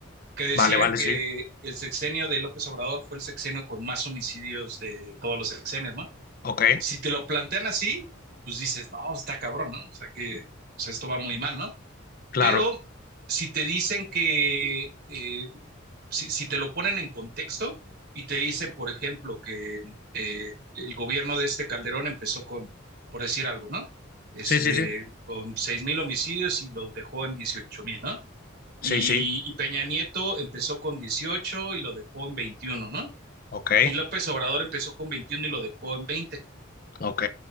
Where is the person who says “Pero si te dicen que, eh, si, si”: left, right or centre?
Right